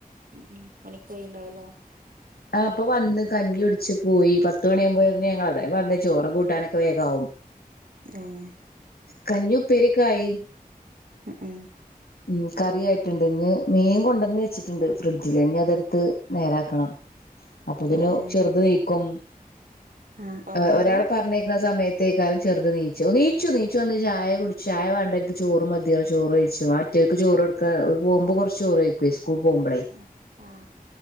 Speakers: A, on the right; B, on the left.
A: ഉം ഉം പണിക്കോയിണ്ടാവല്ലേ?
B: ആ അപ്പൊവന്ന് കഞ്ഞികുടിച്ച് പോയി പത്ത് മണിയാമ്പന്ന്‌ഞങ്ങളല്ലേ പർഞ്ഞ് ചോറ് കൂട്ടാനൊക്കെ വേഗാവും.
A: ആഹ്
B: കഞ്ഞിപ്പേരിക്കായി.
A: <unintelligible>
B: ഉം കറി ആയിട്ടൊണ്ട് ഞ്ഞ് മീൻ കൊണ്ടന്നെച്ചിട്ടുണ്ട് ഫ്രിഡ്ജില് ന്നിയതെടെത്ത് നേരാക്കണം. അപ്പൊതിന്
A: ഏ ഏ
B: ചെറുത് നീക്കും
A: ആ ഉറങ്ങപ്പോ
B: ഒ ഒരാള് പറഞ്ഞയിക്കണ സമേ ത്തേക്കാലം ചെറുതെനീച്ചു നീച്ചു നീച്ചു വന്ന് ചായ കുടി ചായ വാണ്ടനിക്ക് ചോറ് മതി പറഞ്ഞ് ചോറഴിച്ചു. ട്ടിയാൾക്ക് ചോറൊടുക്കാ ഓര് പോകുമ്പ കൊറച്ച് ചോറഴിക്കുവേ സ്കൂൾ പോമ്പളേ.
A: ആ ആ